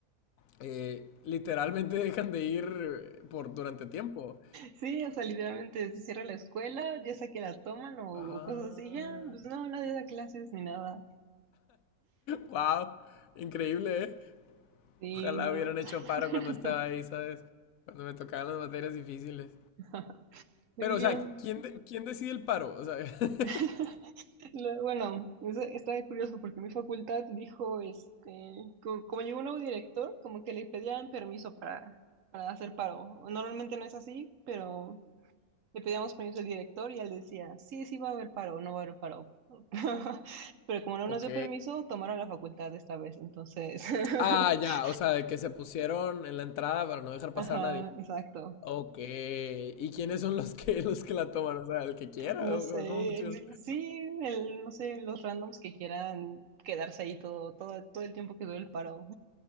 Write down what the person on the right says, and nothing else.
Sí, o sea, literalmente se cierra la escuela, ya sea que la toman o,
o cosas así, ya, pues no, nadie da clases ni nada.
Sí,
no.
<laughs>
<laughs> Y
yo no-
<laughs> lo- bueno, eso está curioso porque mi facultad dijo, este, co- como, llegó un nuevo director, como que le pedían permiso para, para hacer paro. Normalmente no es así, pero le pedíamos permiso al director y él decía, sí, sí va a haber paro, no va a haber paro. <laughs> Pero como no
nos dio permiso, tomaron la facultad esta vez, entonces, <laughs>
ajá,
exacto.
No
sé,
sí, sí, el, no sé, los randoms que quieran quedarse ahí todo, todo, todo el tiempo que dure el paro.